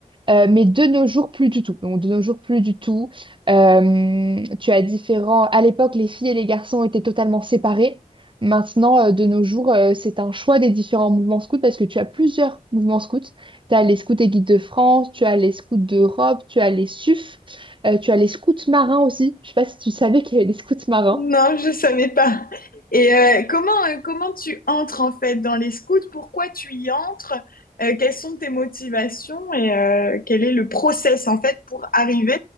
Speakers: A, on the right; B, on the left.
A: Euh, mais de nos jours, plus du tout. Donc, de nos jours, plus du tout. Euh, tu as différents... À l'époque, les filles et les garçons étaient totalement séparés. Maintenant, euh, de nos jours, euh, c'est un choix des différents mouvements scouts parce que tu as plusieurs mouvements scouts. Tu as les scouts et guides de France, tu as les scouts d'Europe, tu as les SUF, euh, tu as les scouts marins aussi. Je sais pas si tu savais qu'il y avait les scouts marins.
B: Non, je savais pas. Et euh, comment, euh, comment tu entres en fait dans les scouts? Pourquoi tu y entres? Euh, quelles sont tes motivations et euh, quel est le process en fait pour arriver